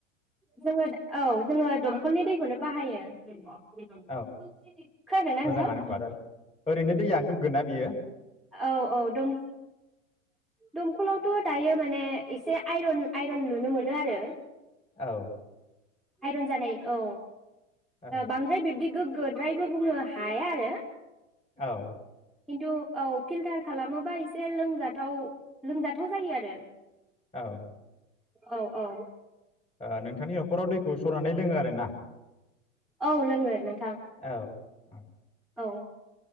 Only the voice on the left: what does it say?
औ मोजाङानो
होमबा ओरैनो दैया गोगो ना बियो
औ
औ
औ
औ
ओ नोंथांनि न'खराव दैखौ सरनानै लोङो आरोना
औ -औ